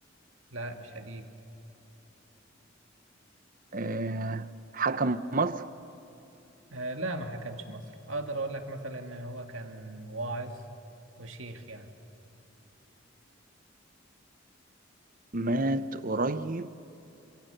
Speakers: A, on the right; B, on the right.
A: لا مش هديب
B: آه، حكم مصر
A: آه لا ما حكمش مصر اقدر اقول لك مثلا ان هو كان واعظ وشيخ يعني
B: مات قريب